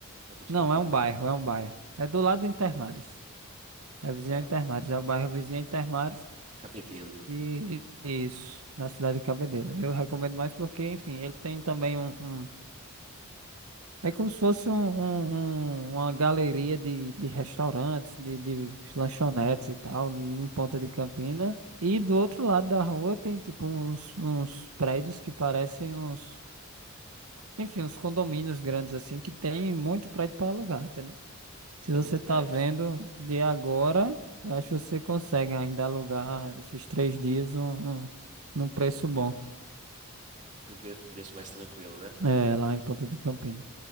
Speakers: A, on the right; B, on the right.
A: Ponta de
B: Não,
A: Campina?
B: é um bairro, é um bairro. É do lado do Intermares. É vizinho
A: Ah,
B: ao Intermares, é o bairro vizinho ao Intermares
A: Cabedelo.
B: e e- isso, na cidade de Cabedelo. Eu recomendo mais porque, enfim, ele tem também um, um- É como se fosse um, um- um- uma galeria de, de restaurantes, de, de lanchonetes e tal, em Ponta de Campina. E do outro lado da rua tem tipo uns, uns prédios que parecem uns, enfim, uns condomínios grandes assim, que tem muito prédio para alugar, entendeu? Se
A: Tem
B: você
A: muito prédio.
B: tá vendo de agora, eu acho que você consegue ainda alugar esses três dias num, num num preço bom,
A: Um, pe- um preço mais tranquilo, né?
B: é, lá em Ponta de Campina.